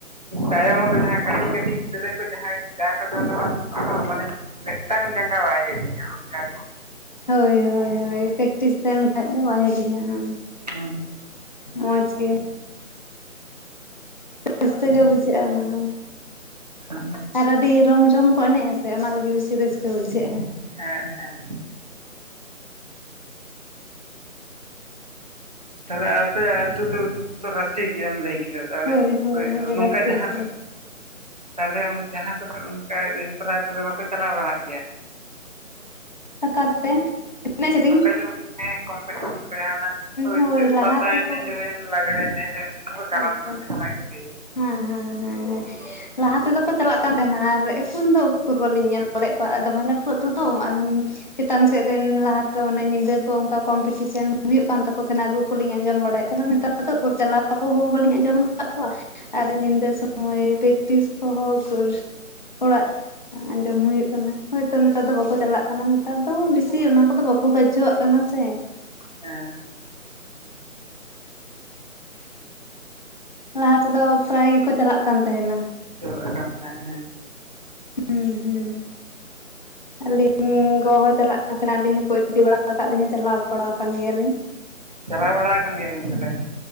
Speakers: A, on the right (about 30°); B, on the left (about 35°).
A: ᱛᱟᱭᱚᱢ ᱨᱮ ᱡᱟᱦᱟᱸ ᱠᱟᱹᱴᱤᱡ ᱠᱟᱹᱴᱤᱡ ᱜᱤᱫᱽᱨᱟᱹ ᱠᱚ ᱡᱟᱦᱟᱸᱭ ᱡᱟ ᱠᱚ ᱫᱚ ᱵᱟᱝ ᱩᱱᱠᱩ ᱢᱟᱱᱮ᱾ ᱢᱤᱫᱴᱟᱝ ᱡᱟᱸᱜᱟ ᱵᱟᱭ ᱦᱮᱲᱤᱧᱟᱹ ᱚᱱᱠᱟ ᱠᱚᱼᱼ
B: ᱦᱳᱭ ᱦᱳᱭ ᱯᱮᱠᱴᱤᱥ ᱛᱟᱦᱮᱱ ᱠᱷᱟᱡ ᱫᱚ ᱵᱟᱭ ᱦᱟᱹᱲᱤᱧᱟ ᱦᱮᱸ
A: ᱦᱸ
B: ᱢᱚᱡᱽ ᱜᱮ ᱨᱟᱹᱥᱠᱟᱹ ᱜᱮ ᱵᱩᱡᱷᱟᱹᱜᱼᱟ ᱚᱱᱟ ᱦᱚᱸ᱾
A: <inaudible>
B: ᱟᱨ ᱟᱹᱰᱤ ᱨᱚᱢ ᱡᱷᱚᱢ ᱠᱚ ᱮᱱᱮᱡᱼᱟ ᱥᱮ ᱚᱱᱟ ᱞᱟᱹᱜᱤᱫ ᱵᱤᱥᱤ ᱨᱟᱹᱥᱠᱟᱹ ᱵᱩᱡᱷᱟᱹᱜᱼᱟ᱿
A: ᱦᱮᱸ ᱦᱮᱸ ᱛᱟᱦᱚᱞᱮ ᱟᱯᱮ ᱟᱹᱛᱩ ᱫᱚ ᱨᱟᱹᱥᱤ ᱜᱮᱭᱟᱢ ᱞᱟᱹᱭ ᱠᱮᱫᱟ ᱛᱟᱦᱚᱞᱮ
B: ᱦᱳᱭ ᱦᱳᱭ ᱦᱳᱭ
A: ᱱᱚᱝᱠᱟ
B: ᱨᱟᱥᱮ
A: ᱡᱟᱦᱟᱸ
B: ᱟᱠᱚ
A: ᱛᱟᱞᱦᱮᱸ ᱡᱟᱦᱟᱸ ᱠᱚᱨᱮ ᱚᱱᱠᱟ ᱦᱮᱯᱨᱟᱣ ᱠᱚᱫᱚ ᱵᱟᱯᱮ ᱪᱟᱞᱟᱣ ᱵᱟᱲᱟᱜ ᱜᱮᱭᱟ
B: ᱚᱠᱟᱛᱮ ᱮᱱᱮᱡ ᱥᱤᱨᱤᱧ
A: ᱱᱚᱝᱠᱟ ᱡᱮᱢᱚᱱ ᱦᱮᱸ ᱠᱚᱢᱯᱤᱴᱤᱥᱚᱱ ᱠᱚᱨᱮ ᱡᱟᱦᱟᱸᱱᱟᱜ
B: ᱦᱳᱭ ᱞᱟᱦᱟ
A: ᱯᱟᱛᱟ
B: ᱛᱮᱠᱚ
A: ᱮᱱᱮᱡ ᱦᱩᱭᱮᱱ ᱞᱟᱜᱽᱲᱮ ᱮᱱᱮᱡ ᱦᱩᱭᱮᱱ ᱟᱫᱚ ᱠᱟᱨᱟᱢ
B: ᱟᱪᱪᱷᱟ
A: ᱫᱚᱱ ᱡᱟᱦᱟᱱᱟᱜ <unintelligible>
B: ᱦᱮᱸ ᱦᱮᱸ ᱦᱮᱸ ᱦᱮᱸ ᱞᱟᱦᱟ ᱛᱮᱫᱚ ᱠᱚ ᱪᱟᱞᱟᱜ ᱠᱟᱱ ᱛᱟᱦᱮᱸᱱᱟ ᱟᱨ ᱮᱠᱷᱚᱱ ᱫᱚ ᱩᱠᱩᱨᱵᱟᱹᱞᱤᱧ ᱧᱮᱞ ᱵᱟᱲᱟᱭᱮᱫ ᱠᱚᱣᱟ ᱟᱨ ᱫᱚᱢᱮ ᱞᱟᱹᱴᱩ ᱟᱹᱛᱩ ᱛᱚ ᱟᱫᱚ ᱪᱮᱛᱟᱱ ᱥᱮᱫ ᱨᱮᱱ ᱞᱟᱦᱟᱛᱮ ᱚᱱᱮ ᱧᱤᱫᱟᱹ ᱠᱚ ᱚᱱᱠᱟ ᱠᱚᱢᱯᱤᱴᱤᱥᱮᱱ ᱦᱩᱭᱩᱜ ᱠᱟᱱ ᱛᱟᱠᱚ ᱛᱟᱦᱮᱱᱟ ᱨᱩ ᱠᱚᱞᱤᱧ ᱟᱸᱡᱚᱢ ᱵᱟᱲᱟᱭᱮᱫ ᱛᱟᱦᱮᱱᱟ ᱱᱮᱛᱟᱨ ᱫᱚ ᱩᱠᱩᱨ ᱪᱟᱞᱟᱣ ᱨᱩ ᱦᱚ ᱵᱟᱹᱞᱤᱧ ᱟᱸᱡᱚᱢ ᱟᱠᱟᱫ ᱠᱚᱣᱟ ᱟᱨ ᱧᱤᱫᱟᱹ ᱥᱚᱢᱚᱭ ᱯᱮᱠᱴᱤᱥ ᱠᱚᱦᱚᱸ ᱩᱠᱩᱨ ᱚᱲᱟᱜ ᱟ ᱟᱸᱡᱚᱢ ᱦᱩᱭᱩᱜ ᱠᱟᱱᱟ ᱦᱳᱭᱛᱳ ᱱᱮᱛᱟᱨ ᱫᱚ ᱵᱟᱠᱚ ᱪᱟᱞᱟᱜ ᱠᱟᱱᱟ ᱱᱮᱛᱟᱨ ᱫᱚ ᱵᱮᱥᱤ ᱚᱱᱟ ᱠᱚᱫᱚ ᱵᱟᱠᱚ ᱜᱚᱡᱡᱷᱚᱣᱟᱜ ᱠᱟᱱᱟ ᱥᱮ
A: ᱦᱮᱸ
B: ᱞᱟᱦᱟ ᱛᱮᱫᱚ ᱯᱨᱟᱭ ᱜᱮᱠᱚ ᱪᱟᱞᱟᱜ ᱠᱟᱱ ᱛᱟᱦᱮᱸᱱᱟ
A: ᱪᱚᱜ ᱮ ᱠᱟᱱ ᱛᱟᱦᱮᱸᱫ ᱮ
B: ᱦᱩᱸ ᱦᱩᱸ ᱟᱹᱞᱤᱧ ᱜᱚ ᱦᱚ ᱪᱟᱞᱟᱜ ᱠᱟᱱ ᱛᱟᱦᱮᱱᱟ ᱟᱹᱞᱤᱧ ᱦᱚᱸᱠᱚ ᱤᱫᱤ ᱵᱟᱲᱟ ᱟᱠᱟᱫ ᱞᱤᱧᱟ ᱪᱟᱞᱟᱣ ᱵᱟᱲᱟ ᱟᱠᱟᱱ ᱜᱮᱭᱟᱞᱤᱧ᱾
A: ᱪᱟᱞᱟᱣ ᱵᱟᱲᱟ ᱠᱟᱱ ᱜᱮᱭᱟ ᱵᱤᱱ ᱛᱟᱦᱞᱮ?